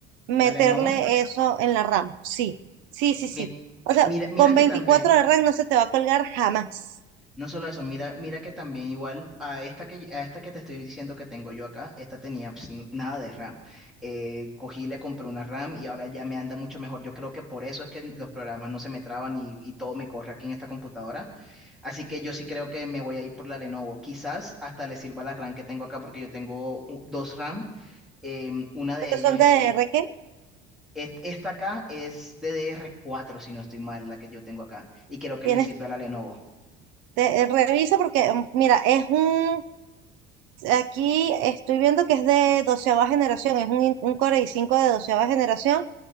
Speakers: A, on the right (about 70°); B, in the centre.
A: meterle
B: La Lenovo.
A: eso en la RAM. Sí, sí, sí,
B: mi-
A: sí. O sea,
B: mira, mira
A: con
B: que
A: 24
B: también.
A: de RAM no se te va a colgar jamás.
B: No solo eso, mira, mira que también igual a esta que, a esta que te estoy diciendo que tengo yo acá, esta tenía pues, n- nada de RAM. Eh, cogí, le compré una RAM y ahora ya me anda mucho mejor. Yo creo que por eso es que los programas no se me traban y, y todo me corre aquí en esta computadora. Así que yo sí creo que me voy a ir por la Lenovo. Quizás hasta le sirva la RAM que tengo acá porque yo tengo u- dos RAM. Em, una de
A: Porque
B: ellas
A: son
B: es
A: DDR
B: de...
A: que
B: est- Esta acá es ddr cuatro si no estoy mal, la que yo tengo acá. Y creo que
A: tienes,
B: le sirve a la Lenovo.
A: te- eh, revisa porque, mm, mira, es un, aquí estoy viendo que es de doceava generación, es un, in- un Core i cinco de doceava generación